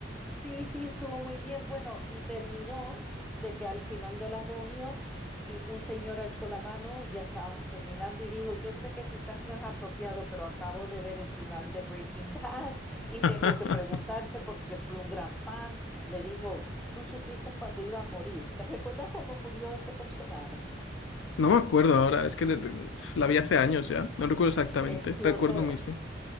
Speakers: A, in the centre; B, on the left.
A: Sí, sí, estuvo muy bien. Bueno, y terminó de que al final de la reunión eh, un señor alzó la mano, ya estábamos terminando y dijo, yo sé que quizás no es apropiado, pero acabo de ver el final de Breaking <laughs> Bad y
B: <laughs>
A: tengo que preguntarte porque fui un gran fan. Le dijo, tú supiste cuando ibas a morir. ¿Te recuerdas cómo murió ese personaje?
B: No me acuerdo ahora, es que le- la vi hace años ya, no recuerdo exactamente,
A: Te explotó,
B: recuerdo muy bien.